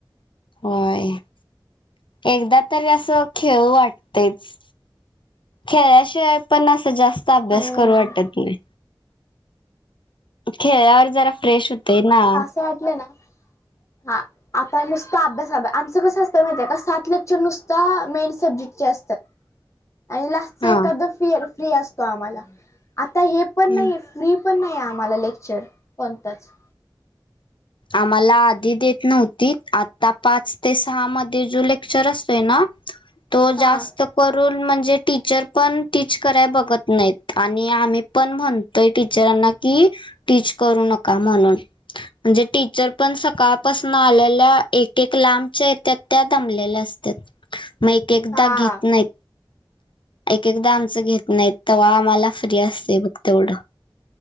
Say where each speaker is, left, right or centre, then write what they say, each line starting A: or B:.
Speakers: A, on the left; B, on the left.
A: होय एकदा तरी असं खेळ वाटतेच. खेळाशिवाय पण अस जास्त अभ्यास
B: हम्म
A: करू वाटत नाही. खेळवर जरा फ्रेश होते ना.
B: अस वाटलं ना, हा. आता नुसता अभ्यास आमचं कसं असतं माहिती आहे का सात क्चर नुसता मेन सब्जेक्टचे असतात. आणि लास्टच
A: हा.
B: एखाद फ फ्री असतो आम्हाला आता हे पण
A: हम्म.
B: नाही फ्री,, पण नाही आम्हाला लेक्चर कोणताच.
A: आम्हाला आधी देत नव्हती आता पाच ते सहा मध्ये जो लेक्चर असतोय ना तो
B: हा
A: जास्त करून म्हणजे टीचर पण टीच कराय बघत नाहीत. आणि आम्ही पण म्हणतोय टीचरांना की टीच करू नका म्हणून. म्हणजे टीचर पण सकाळपासून आलेल्या एक एक लांबच्याहत्यात त्या दमलेल्या असत. मग एक एकदा
B: हा
A: घेत नाही. एक एकदा आमचं घेत नाहीत तवा आम्हाला फ्री असते बघ तेवढं.